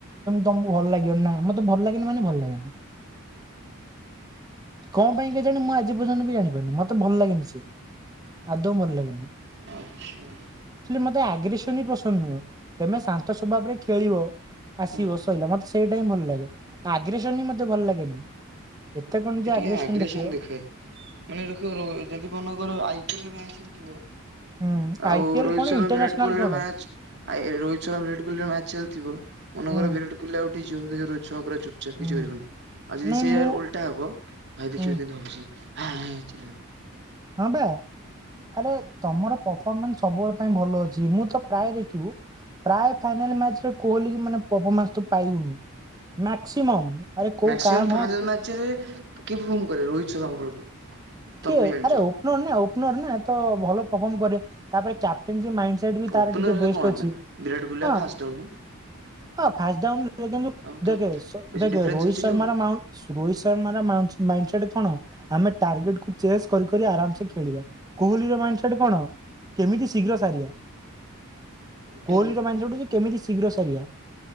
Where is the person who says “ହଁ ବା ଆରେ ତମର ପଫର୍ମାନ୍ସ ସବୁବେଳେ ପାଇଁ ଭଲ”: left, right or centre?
Right